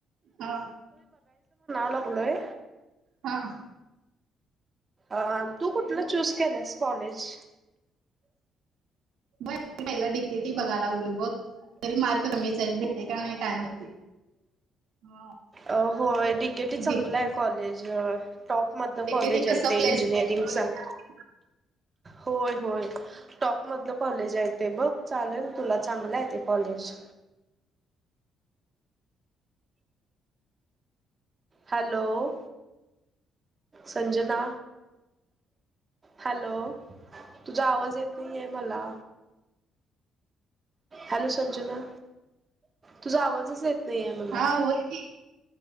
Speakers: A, on the right (about 80°); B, on the right (about 25°).
A: हा
B: लागलोय.
A: हा...
B: अ तू कुठलं चूस केलयसं कॉलेज
A: बर ला डिकेटी बघायला बोल बघ तरी मार्क कमीच आहेत भेटे का नाही काय माहिती. हा.
B: अ होय डि के टी चांगलयं
A: डी-
B: कॉलेज. टॉप मधलं
A: डीकेटी
B: कॉलेज आहे
A: कसं
B: ते
A: प्लेसमेंट
B: इंजिनिअरिंगचं
A: वगैरे आहे.
B: होय होय. टॉप मधलं कॉलेज आहे तेे बघ चालेल तुला चांगलं आहे तेे कॉलेज. हॅलो संजना. हॅलो तुझा आवाज येत नाहीये मला. हॅलो संजना तुझा आवाजच येत नाही आहे मला.
A: हा बोल की